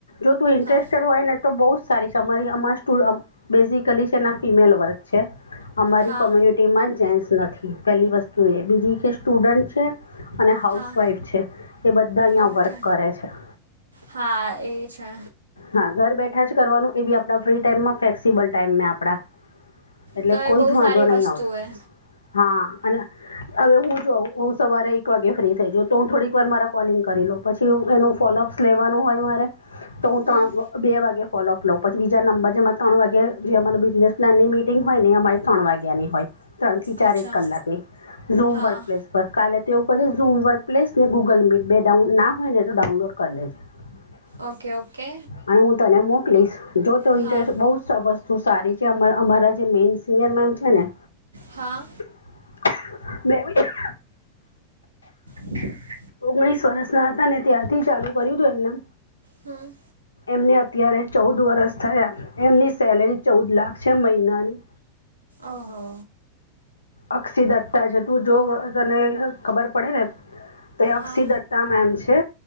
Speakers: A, on the left (about 75°); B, on the right (about 80°).
A: જો તું ઇન્ટ્રસટેડ
B: હા
A: હોય ને તો બહુ જ સારી છે અમારી અમા સ્ટુ અબ બેઝિકલી છે ફિમેલ વર્ક છે. અમારી
B: હા
A: કોમ્યુનિટીમાં જેટ્સ નથી પેલી વસ્તુ એ, બીજી કે સ્ટુડન્ટ છે અને હાઉસવાઈફ
B: હા
A: છે, એ બધા અહિયાં
B: ઓકે
A: વર્ક કરે છે.
B: હા, એ છે.
A: હા ઘર બેઠા જ કરવાનું, એ બી આપણા ફ્રી ટાઈમમાં ફેક્સિબલ ટાઈમેં આપણા. એટલે
B: તો
A: કોઈ
B: એ બહુ
A: જ વાંધો
B: સારી
A: નહી
B: વસ્તુ
A: આવતો
B: એ
A: હા અને હવે હું. જો હું સવારે એક વાગે ફ્રી થઈ જઉં, તો હું થોડીક વાર મારા કોલિંગ કરી લઉ પછી એનું ફોલોઅપ સ લેવાનું હોય મારે. તો હું
B: હમ
A: ત્રણ બ બે વાગે ફોલોઅપ લઉં પછી બીજા નંબર જેમાં તણ વાગે જે અમારા બિજનેસ નાની મીટિંગ હોય નેં અમારે ત્રણ વાગ્યાની હોય. ત્રણથી ચાર
B: અચ્છા
A: એક કલાકની, ઝૂમ
B: હા
A: પર કાલે તેવું હું વર્ક પ્લેસ ને ગુગલ મીટ બે ડાઉન ના હોય ને તો ડાઉનલોડ કરી લેજે. <unintelligible>
B: Okay okay.
A: અને હું તને મોકલીશ જો તો
B: હા
A: ઇન્ટરેસ્ટ બહુ. વસ્તુ સારી છે અમારા જે મેન સિનિયર મેમ છે ને.
B: હા.
A: <unintelligible>
B: <unintelligible>
A: ઓગણીસ વર્ષ ના હતા ને ત્યાંરથી ચાલુ કર્યું તું એમને.
B: હમ
A: એમને અત્યારે ચૌદ વર્ષ થયા. એમની સેલરી ચૌદ લાખ છે મહિનાની.
B: ઓહો.
A: અક્ષી દત્તા છે તું જો તને ખબર પડે ને. તે અક્ષી
B: હા
A: દત્તા મેમ છે.